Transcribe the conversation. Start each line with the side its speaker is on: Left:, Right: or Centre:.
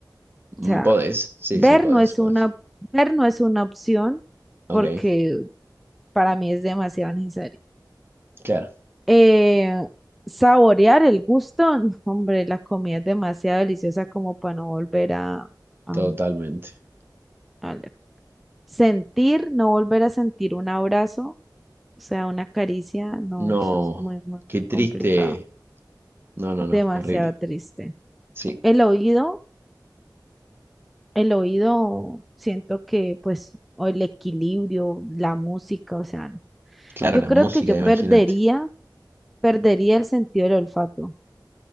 Right: Mm,
Centre: O sea,
Right: Podés. Sí,
Centre: ver
Right: sí, podés,
Centre: no es
Right: podés.
Centre: una, ver no es una opción
Right: Ok,
Centre: porque para mí es demasiado necesario.
Right: claro,
Centre: eh, saborear el gusto, no, hombre, la comida es demasiado deliciosa como para no volver a, a-
Right: totalmente.
Centre: a le- sentir, no volver a sentir un abrazo, o sea, una caricia, no,
Right: No,
Centre: eso es muy, muy, muy
Right: qué triste.
Centre: complicado,
Right: No, no, no,
Centre: demasiado
Right: horrible.
Centre: triste.
Right: Sí,
Centre: El oído, el oído, siento que pues, o el equilibrio, la música, o sea, no.
Right: claro,
Centre: Yo
Right: la
Centre: creo
Right: música,
Centre: que yo
Right: imagínate.
Centre: perdería, perdería el sentido del olfato.